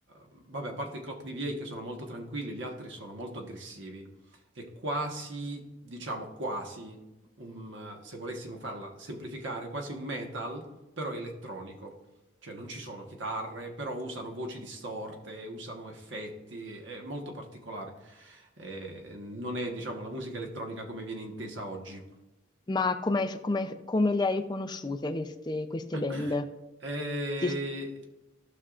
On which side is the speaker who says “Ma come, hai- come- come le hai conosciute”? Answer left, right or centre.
Left